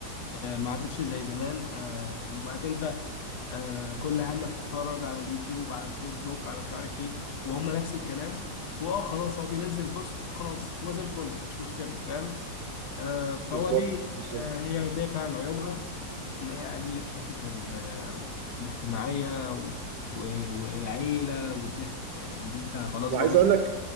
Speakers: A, on the left; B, on the right.
A: آه، ما عادتش زي زمان آه، بقت انت آه، كل همك تتفرج على اليوتيوب على الفيسبوك على مش عارف ايه وهم نفس الكلام واه خلاص هو بينزل بوست وخلاص هو زي الفل مش مشكله فاهم آه، فهو
B: بالظبط
A: دي
B: بالظبط
A: آه، هي دي فعلا عيوبها ان هي قللت حته ال- آه، الاجتماعيه و- و- والعيله والدفء اللي انت خلاص
B: وعايز
A: بقى مش
B: أقول لك